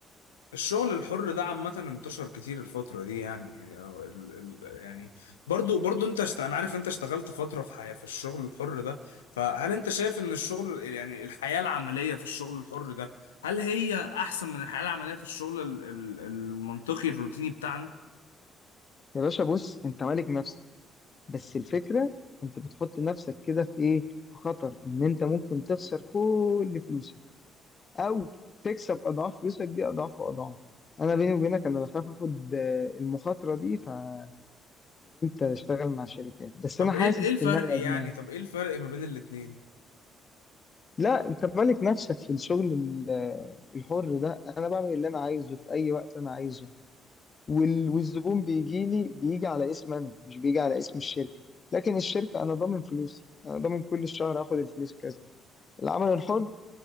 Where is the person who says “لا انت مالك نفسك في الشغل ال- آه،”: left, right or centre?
Left